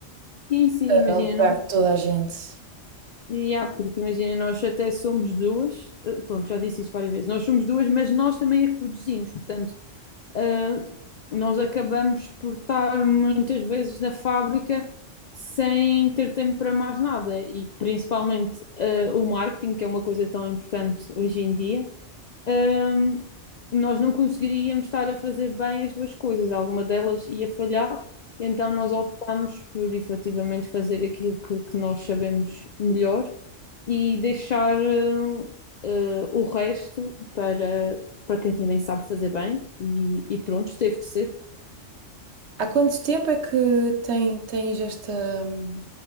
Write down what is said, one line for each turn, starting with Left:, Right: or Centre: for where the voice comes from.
Left: sim, sim,
Right: eh,
Left: imagina.
Right: alugar toda a gente.
Left: E há, porque imagina, nós até somos duas, eh, pronto, já disse isto várias vezes, nós somos duas, mas nós também é que produzimos, portanto, eh, nós acabamos por estar muitas vezes na fábrica sem ter tempo para mais nada, e principalmente eh, o marketing, que é uma coisa tão importante hoje em dia, hum, nós não conseguiríamos estar a fazer bem as duas coisas, alguma delas ia falhar, então nós optámos por efetivamente fazer aquilo que, que nós sabemos melhor e deixar hum, eh, o resto para, para quem também sabe fazer bem e, e pronto, teve de ser.
Right: Há quanto tempo é que tem, tens esta hum,